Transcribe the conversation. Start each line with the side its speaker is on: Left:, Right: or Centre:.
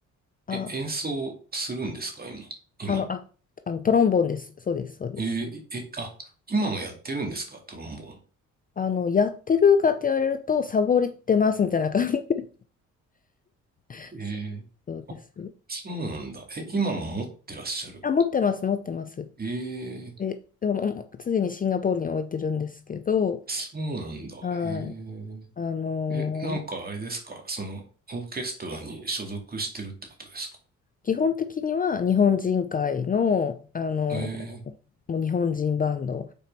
Left: あ、
Right: え、演奏するんですか、今。今も。
Left: あの、あ、あのトロンボーンです。そうです、そうです。
Right: えー、え、あ、今もやってるんですか、トロンボー
Left: あの、やってるかって言われると、サボりってますみたいな感じです。<laughs>
Right: ン。えー、
Left: そうです。
Right: そうなんだ。え、今も持ってらっしゃる。
Left: あ、持ってます、持ってます。
Right: えー、
Left: で、でも、もう常にシンガポールに置いてるんですけど、
Right: そうなんだ。
Left: はい。
Right: へ
Left: あのー、
Right: え、なんかあれですかその、オーケストラに所属してるってことですか
Left: 基本的には日本人会の、あのー、
Right: えー、
Left: もう日本人バンド